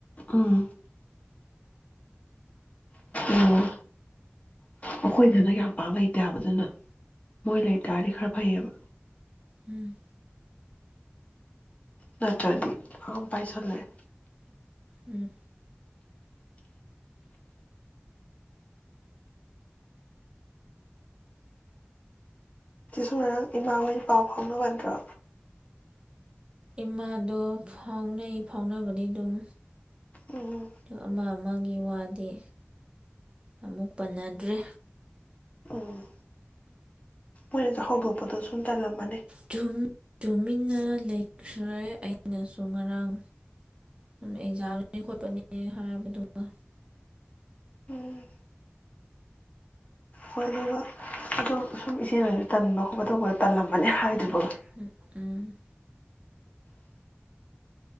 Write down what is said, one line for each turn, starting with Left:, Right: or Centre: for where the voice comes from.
Left: ꯎꯝ ꯎꯝ ꯑꯩꯈꯣꯏꯗꯅ ꯌꯥꯝ ꯄꯥꯛ ꯂꯩꯇꯦꯕ ꯗꯨꯅ ꯃꯣꯏ ꯂꯩ ꯇꯥꯔꯗꯤ ꯈꯔ ꯐꯩꯌꯦꯕ
Right: ꯎꯝ
Left: ꯅꯠꯇ꯭ꯔꯥꯗꯤ ꯌꯥꯝ ꯄꯥꯏꯁꯜꯂꯛꯑꯦ
Right: ꯎꯝ
Left: ꯁꯤꯁꯨ ꯉꯔꯥꯡ ꯏꯃꯥꯍꯣꯏ ꯄꯥꯎ ꯐꯥꯎꯅꯕ ꯅꯠꯇ꯭ꯔꯣ
Right: ꯏꯃꯥꯗꯣ ꯐꯥꯎꯅꯩ ꯐꯥꯎꯅꯕꯗꯤ ꯑꯗꯨꯝ
Left: ꯎꯝ
Right: ꯑꯃ ꯑꯃꯒꯤ ꯋꯥꯗꯤ ꯑꯃꯨꯛ ꯄꯟꯅꯗ꯭ꯔꯦ
Left: ꯎꯝ ꯃꯣꯏꯅꯁꯨ ꯍꯧꯗꯣꯛꯄꯗꯣ ꯁꯨꯝ ꯇꯜꯂꯝꯃꯅꯤ
Right: ꯇꯨ ꯇꯨꯃꯤꯟꯅ ꯂꯩꯈ꯭ꯔꯦ ꯑꯩꯅꯁꯨ ꯉꯔꯥꯡ ꯑꯦꯛꯖꯥꯝꯅꯤ ꯈꯣꯠꯄꯅꯦ ꯍꯥꯏꯕꯗꯨꯅ
Left: ꯎꯝ ꯍꯣꯏ ꯑꯗꯨꯒ ꯑꯗꯨꯝ ꯁꯨꯝ ꯏꯆꯦꯅꯁꯨ ꯇꯟꯕ ꯈꯣꯠꯄ ꯇꯧꯕꯗ ꯇꯜꯂꯝ ꯃꯅꯤ ꯍꯥꯏꯗꯨꯕ
Right: ꯍꯝ ꯎꯝ